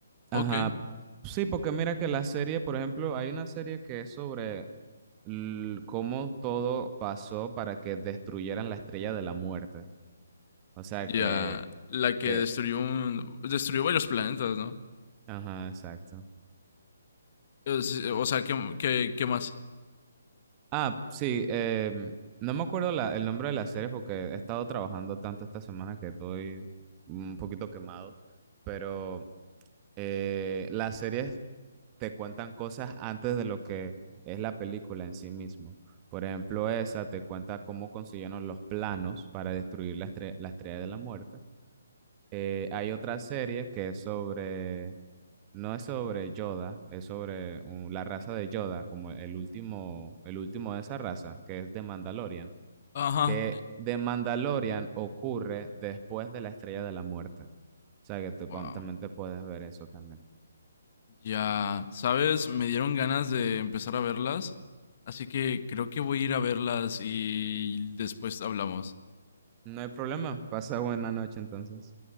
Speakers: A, on the left; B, on the right.
A: Ok,
B: Ajá. Sí, porque mira que la serie, por ejemplo, hay una serie que es sobre l- cómo todo pasó para que destruyeran la estrella de la muerte. O sea
A: ya,
B: que,
A: la que
B: que,
A: destruyó un, destruyó varios planetas, ¿no?
B: ajá, exacto.
A: Es- o sea, ¿qué, qué, qué más?
B: Ah, sí, em, no me acuerdo la- el nombre de la serie porque he estado trabajando tanto esta semana que estoy un poquito quemado, pero eh, la serie te cuentan cosas antes de lo que es la película en sí mismo. Por ejemplo, esa te cuenta cómo consiguieron los planos para destruir la, estre- la estrella de la muerte. Eh, hay otra serie que es sobre, no es sobre Yoda, es sobre uh, la raza de Yoda, como el último, el último de esa raza, que es de Mandalorian,
A: Ajá.
B: que
A: eh,
B: de Mandalorian ocurre después de la estrella de la muerte. O sea que te, también
A: Wow.
B: te puedes ver eso también.
A: Ya, ¿sabes? Me dieron ganas de empezar a verlas, así que creo que voy a ir a verlas y después hablamos.
B: No hay problema. Pasa buena noche entonces.